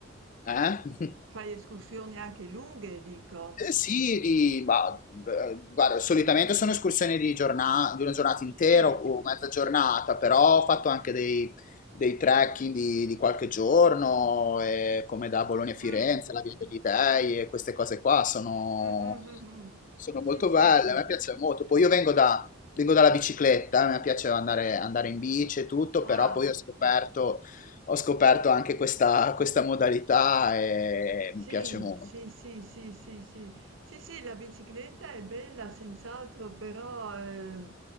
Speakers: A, on the left; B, on the right.
A: Eh? <laughs>
B: Fai escursioni anche lunghe, dico.
A: Eh sì, di- ma, eh, guarda, solitamente sono escursioni di, giorna- di una giornata intera
B: Sì.
A: o mezza giornata, però ho fatto anche dei, dei trekking di, di qualche giorno, eh, come da Bologna a Firenze,
B: Mh.
A: la Via degli Dei e queste cose qua sono,
B: Mh, mh, mh, mh.
A: sono molto
B: Sì,
A: belle,
B: sì, sì.
A: a me piace molto. Poi io vengo da- vengo dalla bicicletta, a me piace andare, andare in bici e tutto,
B: Ah,
A: però poi ho scoperto, ho scoperto anche questa, questa modalità e
B: sì,
A: mi piace molto.
B: sì, sì, sì, sì, sì. Sì, sì, la bicicletta è bella senz'altro, però, ehm,